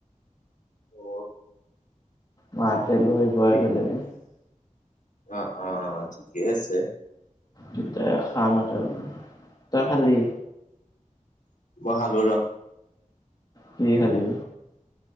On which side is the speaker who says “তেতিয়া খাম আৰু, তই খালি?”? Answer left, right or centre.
Left